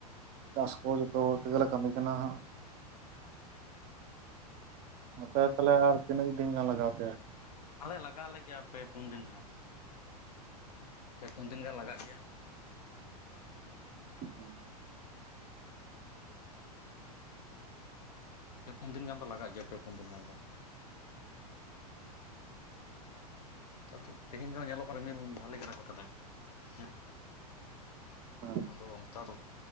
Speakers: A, on the right (about 40°); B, on the left (about 80°).
A: ᱪᱟᱥ ᱠᱚ ᱡᱚᱛᱚ ᱦᱚᱲ ᱛᱮᱜᱮᱞᱮ ᱠᱟᱹᱢᱤ ᱠᱟᱱᱟ ᱦᱟᱸᱜ ᱟᱯᱮ ᱛᱟᱦᱚᱞᱮ ᱟᱨ ᱛᱤᱱᱟᱹᱜ ᱫᱤᱱ ᱜᱟᱱ ᱞᱟᱜᱟᱣ ᱯᱮᱭᱟ?
B: ᱟᱞᱮ ᱞᱟᱜᱟᱣ ᱞᱮᱜᱮᱭᱟ ᱯᱮ ᱯᱩᱱ ᱫᱤᱱ ᱜᱟᱱ ᱾ ᱯᱮ ᱯᱩᱱ ᱫᱤᱱ ᱜᱟᱱ ᱞᱟᱜᱟᱜ ᱜᱮᱭᱟ ᱦᱮᱸ
A: ᱦᱮᱸ
B: ᱯᱮ ᱯᱩᱱ ᱫᱤᱱ ᱜᱟᱱ ᱫᱚ ᱞᱟᱜᱟᱜ ᱜᱮᱭᱟ ᱯᱮ ᱯᱩᱱ ᱫᱤᱱ ᱜᱟᱱ ᱫᱚ ᱟᱫᱚ ᱛᱮᱦᱤᱧ ᱫᱚ ᱧᱮᱞᱚᱜ ᱠᱟᱱᱟ ᱨᱤᱢᱤᱞ ᱵᱷᱟᱞᱮ ᱜᱮ ᱨᱟᱠᱟᱵ ᱟᱠᱟᱫᱟᱭ ᱦᱮᱸ
A: ᱦᱮᱸ
B: ᱟᱫᱚ ᱚᱱᱠᱟ ᱫᱚ